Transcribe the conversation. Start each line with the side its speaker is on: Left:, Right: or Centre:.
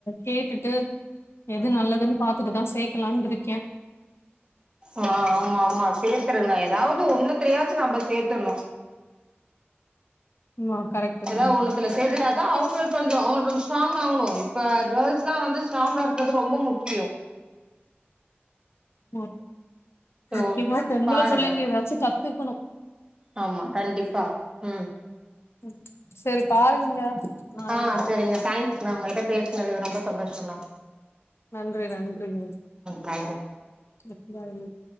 Left: கேட்டுட்டு எது நல்லத் துன் பாத்துட்டு தா சேக்கலான்ட்ருக் கே
Right: ஆ ஆமா ஆமா சேத்துருங்க ஏதாவது ஒண்ணுத்திலியாச்சு நம்ப சேத்துருணும்
Left: ஆமா கரெக்ட்
Right: ஏதாவ
Left: தான்
Right: ஒண்ணுத்துல சேத்துட்டா தா அவங்களுக்கு கொஞ்சோ அவங் கொஞ்சோ ஸ்ட்ராங் ஆவணு இப்ப கேர்ள்ஸ் தா வந்து ஸ்ட்ராங் ஆறதுக்கு ரொம்போ முக்கியோ
Left: மா
Right: சோ
Left: முக்கியமா பொம்பள
Right: பாருங்க
Left: புள்ளைங்க ஏதாச்சு கத் த்துக்கணும்
Right: ஆமா கண்டிப்பா ம்
Left: ம். சரி பாருங்க நான்
Right: ஆ சேரிங்க தேங்க்ஸ்ங்க உங்க கிட்ட பேஸ் னது ரொம்ப சந்தோஷந்தா
Left: நன்றி நன்றிங்க
Right: பாய்ங்க
Left: <unintelligible>